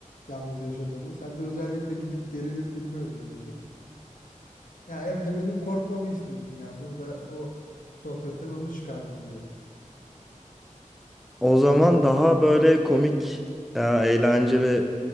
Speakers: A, on the left (about 80°); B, in the centre.
A: Yalnız yaşadığımı. Sen de özellikle gidip gerilim filmi öneriyorsun. Ya evde benim korkmamı istiyorsun ya. Burada bu sohbetten onu çıkardım gibi.
B: O zaman daha böyle komik e, eğlenceli